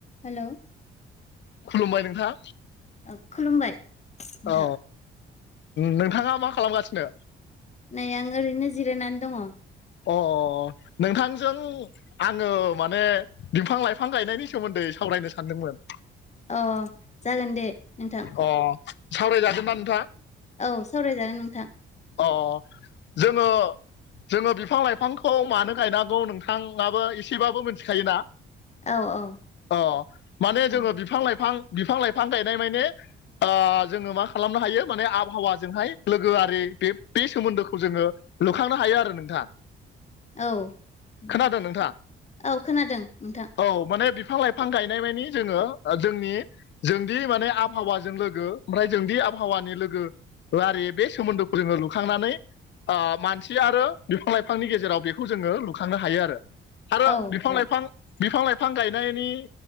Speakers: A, on the left; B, on the left.
A: हेल'
B: खुलुमबाय नोंथां
A: औ खुलुमबाय नोंथां
B: औ नोंथाङा मा खालामगासिनो?
A: नै आं ओरैनो जिरायनानै दङ'
B: अ नोंथांजों आङो माने बिफां लाइफां गायनायनि सोमोन्दै सावरायनो सानदोंमोन।
A: अ जागोन दे नोंथां
B: अ सावरायजागोन ना नोंथां
A: औ सावरायजागोन नोंथां
B: अ अ जोङो जोङो बिफां लाइफांखौ मानो गायनांगौ नोंथाङाबो एसेबाबो मिथिखायोना
A: औ औ
B: अ माने
A: औ
B: जोङो बिफां लाइफां बिफां लाइफां गायनाय माने आ जोङो मा खालामनो हायो माने आबहावाजोंहाय लोगोआरि बे बे सोमोनदोखौ जोङो लुखांनो हायो आरो नोंथाङा
A: औ औ
B: खोनादों नोंथां
A: औ खोनादों नोंथां
B: औ माने बिफां लाइ फां गायनाय मानि जोङो जोंनि जोंदि माने आबहावाजों लोगो ओमफ्राय जोंदि आबहावानि लोगो आरो बे सोमोनदो खौ जोङो लुखांनानै मानसि आरो बिफां लाइफांनि गेजेराव बेखौ जोङो लुखांनो हायो आरो आरो
A: औ
B: बिफां
A: औ
B: लाइफां बिफां लाइफां गायनायनि